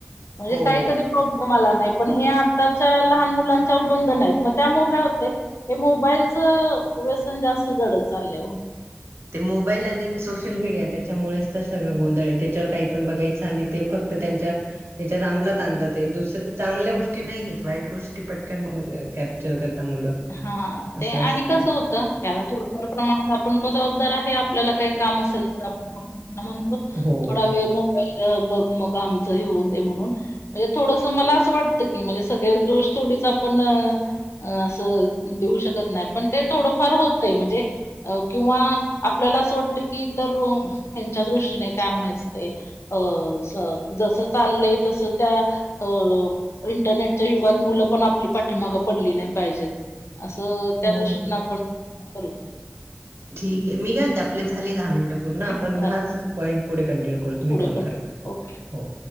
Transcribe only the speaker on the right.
हो
ते मोबाईल आणि सोशल शल मीडिया त्याच्यामुळेच तर सगळं गोंधळ आहे. त्याच्यावर काही पण बघायचं आणि ते फक्त त्यांच्या ह्याच्यात आमलात आणतात ते दुसर चांगल्या गोष्टी नाही घेत वाईट गोष्टी पटकन कॅप्चर करतात मुलं.
असं
असतं
हो.
हो.
ठीक आहे मी काय म्हणते आपले झाले दहा मिनिटं पूर्ण
आपण
हाच पॉइंट पुढे कंटिन्यू करू. तुम्ही
कॉल
करा.
हो.